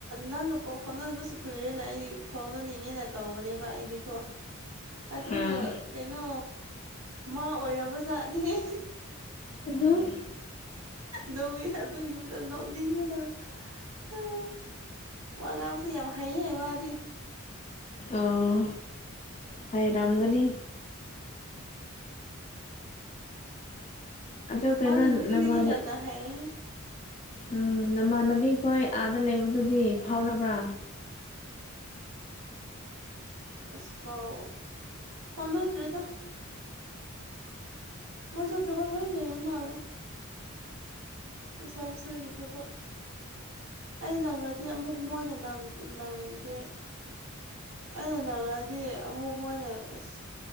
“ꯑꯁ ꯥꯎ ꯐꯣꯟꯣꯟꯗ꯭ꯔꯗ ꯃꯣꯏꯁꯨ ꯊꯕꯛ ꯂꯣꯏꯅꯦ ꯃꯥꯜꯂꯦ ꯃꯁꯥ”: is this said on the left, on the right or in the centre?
Right